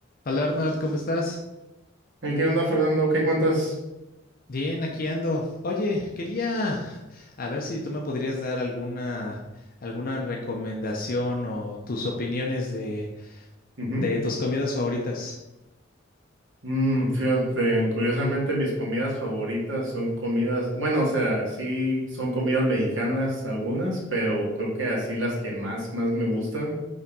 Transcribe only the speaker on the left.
Hola Arnold, ¿cómo estás?
Bien, aquí ando. Oye, quería a ver si tú me podrías dar alguna alguna recomendación o tus opiniones de,
de tus comidas favoritas.